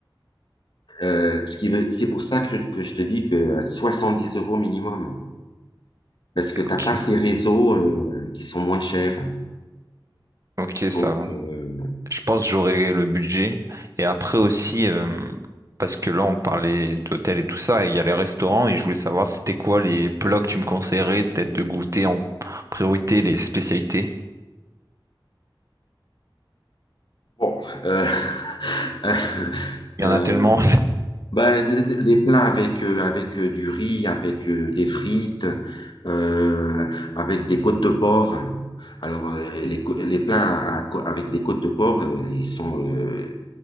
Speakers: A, on the left; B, on the right.
A: euh, ce qui veut, c'est pour ça que je, que je te dis que 70 euros minimum, parce que t'as
B: Ok,
A: pas ces réseaux euh, qui sont moins chers.
B: ok,
A: Donc,
B: ça va.
A: euh,
B: Je pense que j'aurai le budget. Et après aussi, euh, parce que là, on parlait d'hôtel et tout ça, et il y a les restaurants, et je voulais savoir c'était quoi les plats que tu me conseillerais, peut-être de goûter en priorité les spécialités.
A: Bon, euh, <laughs>
B: Il
A: euh,
B: y en a tellement.
A: ben, des, des plats avec, euh, avec euh, du riz, avec euh, des frites, euh, avec des côtes de porc. Alors, euh, les, co- les plats à co- avec des côtes de porc, euh, ils sont, euh,